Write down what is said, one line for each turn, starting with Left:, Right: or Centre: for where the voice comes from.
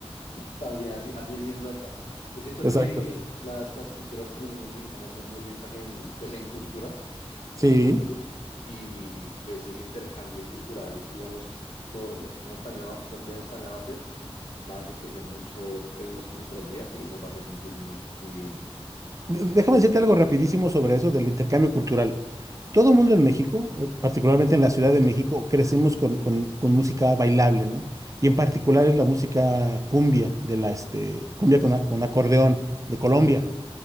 Left: también así, así decimos acá, yo siento
Right: Exacto.
Left: que las, las culturas colombianas y mexicanas son muy ricas en, pues, en cultura
Right: Sí.
Left: eh, y pues ese intercambio cultural, digamos, lo, lo que estamos planeado, lo que tenemos planeado hacer, va a enriquecer mucho pues, nues- nuestras vidas y nos va a hacer sentir muy, muy bien.
Right: D- Déjame decirte algo rapidísimo sobre eso del intercambio cultural. Todo el mundo en México, eh, particularmente en la Ciudad de México, crecemos con, con- con música bailable, ¿no? Y en particular es la música cumbia, de la este, cumbia con, a- con acordeón de Colombia.